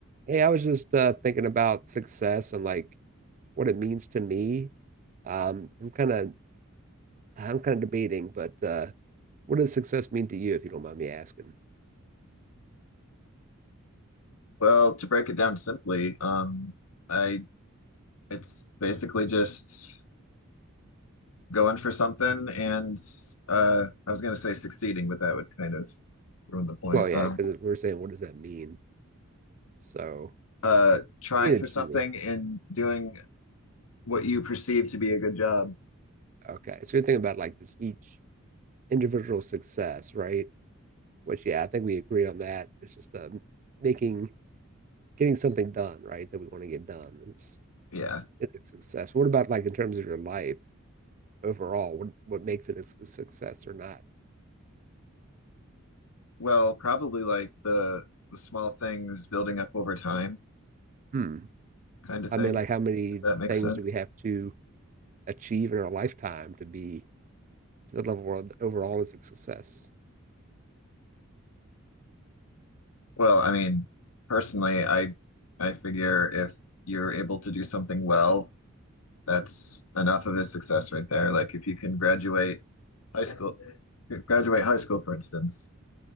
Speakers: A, on the right; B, on the left.
A: Hey, I was just uh, thinking about success and like what it means to me. Um, I'm kind of I'm kind of debating, but uh, what does success mean to you, if you don't mind me asking?
B: Well, to break it down simply, um, I it's basically just going for something and uh, I was gonna say succeeding, but that would kind of ruin the point.
A: Well, yeah,
B: Um,
A: because we're saying what does that mean? So
B: uh, trying
A: you mean
B: for
A: achieving?
B: something and doing what you perceive to be a good job.
A: Okay, so you're thinking about like just each individual success, right? Which yeah, I think we agree on that. It's just uh, making getting something done, right? That we want to get done is
B: Yeah.
A: is a success. What about like in terms of your life overall? What what makes it a success or not?
B: Well, probably like the the small things building up over time
A: Hmm.
B: kind of
A: I
B: thing,
A: mean, like
B: if
A: how many
B: that makes
A: things
B: sense.
A: do we have to achieve in our lifetime to be to the level where overall is a success,
B: Well, I mean, personally, I I figure if you're able to do something well that's enough of a success right there. Like if you can graduate high school, graduate high school, for instance,